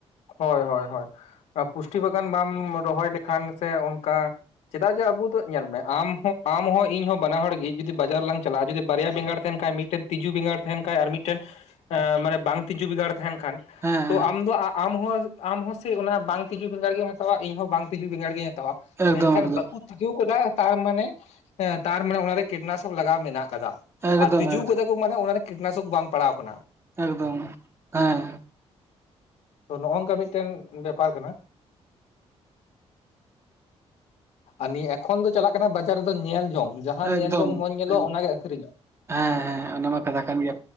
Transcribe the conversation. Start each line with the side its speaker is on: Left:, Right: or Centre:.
Left: ᱦᱳᱭ ᱦᱳᱭ ᱦᱳᱭ ᱯᱩᱥᱴᱤ ᱵᱟᱜᱟᱱ ᱵᱟᱢ ᱨᱚᱦᱚᱭ ᱞᱮᱠᱷᱟᱱ ᱥᱮ ᱚᱱᱠᱟ᱾ ᱪᱮᱫᱟᱜ ᱡᱮ ᱟᱵᱩ ᱫᱚ ᱧᱮᱞ ᱢᱮ ᱟᱢ ᱦᱚᱸ ᱟᱢ ᱦᱚᱸ ᱤᱧ ᱦᱚᱸ ᱵᱟᱱᱟ ᱦᱚᱲ ᱜᱤ ᱡᱩᱫᱤ ᱵᱟᱡᱟᱨᱞᱟᱝ ᱪᱟᱞᱟᱜᱼᱟ ᱡᱩᱫᱤ ᱵᱟᱨᱭᱟ ᱵᱮᱸᱜᱟᱲ ᱛᱟᱦᱮᱱ ᱠᱷᱟᱡ ᱢᱤᱫ ᱢᱤᱫᱴᱮᱱ ᱛᱤᱡᱩ ᱵᱮᱸᱜᱟᱲ ᱛᱟᱦᱮᱱ ᱠᱷᱟᱱ ᱟᱨ ᱢᱤᱫᱴᱮᱱ ᱢᱟᱱᱮ ᱵᱟᱝ ᱛᱤᱡᱩ ᱵᱮᱸᱜᱟᱲ ᱛᱟᱦᱮᱱ ᱠᱷᱟᱱ
Right: ᱦᱮᱸ
Left: ᱛᱚ
Right: ᱦᱮᱸ
Left: ᱟᱢ ᱫᱚ ᱟᱢ ᱦᱚᱸ ᱟᱢ ᱦᱚᱸ ᱥᱮ ᱚᱱᱟ ᱵᱟᱝ ᱛᱤᱡᱩ ᱵᱮᱜᱟᱸᱲ ᱜᱮᱢ ᱦᱟᱛᱟᱣᱟ ᱤᱧ ᱦᱚᱸ ᱵᱟᱝ ᱛᱤᱡᱩ ᱵᱮᱜᱟᱸᱲ ᱜᱤᱧ ᱦᱟᱛᱟᱣᱟ
Right: ᱮᱠᱫᱚᱢ
Left: ᱢᱮᱱᱠᱷᱟᱱ
Right: ᱮᱠᱫᱚᱢ
Left: ᱵᱟᱠᱩ ᱛᱤᱡᱩ ᱠᱟᱫᱟᱭ ᱛᱟᱨ ᱢᱟᱱᱮ ᱛᱟᱨ ᱢᱟᱱᱮ ᱚᱱᱟᱨᱮ ᱠᱤᱴᱱᱟᱥᱚᱠ ᱞᱟᱜᱟᱣ ᱢᱮᱱᱟᱜ ᱟᱠᱟᱫᱟ᱾
Right: ᱮᱠᱫᱚᱢ
Left: ᱟᱨ ᱛᱤᱡᱩ ᱠᱟᱫᱟ ᱠᱚ ᱢᱟᱱᱮ ᱚᱱᱟᱨᱮ ᱠᱤᱴᱱᱟᱥᱚᱠ ᱵᱟᱝ ᱯᱟᱲᱟᱣ ᱟᱠᱟᱱᱟ᱾
Right: ᱮᱠᱫᱚᱢ ᱮᱸ
Left: ᱛᱚ ᱱᱚᱜᱼᱚᱭ ᱱᱚᱝᱠᱟ ᱢᱤᱫᱴᱮᱱ ᱵᱮᱯᱟᱨ ᱠᱟᱱᱟ᱾ ᱟᱨ ᱱᱤᱭᱟᱹ ᱮᱠᱷᱚᱱ ᱫᱚ ᱪᱟᱞᱟᱜ ᱠᱟᱱᱟ ᱵᱟᱡᱟᱨ ᱨᱮ ᱫᱚ ᱧᱮᱞ ᱡᱚᱝ ᱡᱟᱦᱟᱸ
Right: ᱮᱠᱫᱚᱢ
Left: ᱧᱮᱞ ᱡᱚᱝ ᱢᱚᱸᱡᱽ ᱧᱮᱞᱚᱜᱼᱟ
Right: ᱮᱠ-
Left: ᱚᱱᱟ ᱜᱮ ᱟᱠᱷᱨᱤ ᱧᱚᱜ
Right: ᱦᱮᱸ ᱦᱮᱸ ᱚᱱᱟ ᱢᱟ ᱠᱟᱛᱷᱟ ᱠᱟᱱ ᱜᱮᱭᱟ,